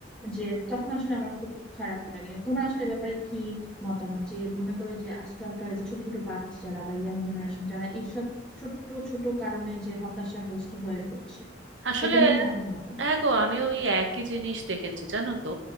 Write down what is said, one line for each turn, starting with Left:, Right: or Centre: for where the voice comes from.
Centre: যে তখন আসলে আমার খুব খারাপ লাগে তোমার আসলে এ ব্যাপারে কি মতামত যে মনে করে যে আজকালকার যে ছোট ছোট বাচ্চারা বা ইয়াং জেনারেশন যারা এইসব ছোট্ট ছোট কারণে যে হতাশাগ্রস্ত হয়ে পড়ছে
Right: আসলে
Centre: এটা নিয়ে তোমার কি মতামত
Right: হ্যাঁ গো আমি ওই একই জিনিস দেখেছি জানো তো